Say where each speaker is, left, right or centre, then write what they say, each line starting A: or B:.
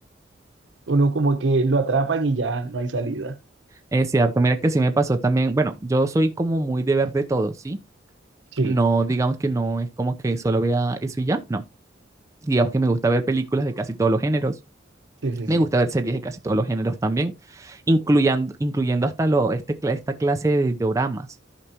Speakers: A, on the right; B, on the right.
A: Uno como que lo atrapan y ya no hay salida.
B: Es cierto, mira que sí me pasó también. Bueno, yo soy como muy de ver de todo, ¿sí?
A: Sí,
B: No, digamos que no es como que solo vea eso y ya, no. Digamos que me gusta ver películas de casi todos los géneros,
A: sí, sí,
B: me
A: sí.
B: gusta ver series de casi todos los géneros también, incluyendo, incluyendo hasta lo, este, cla- esta clase de doramas.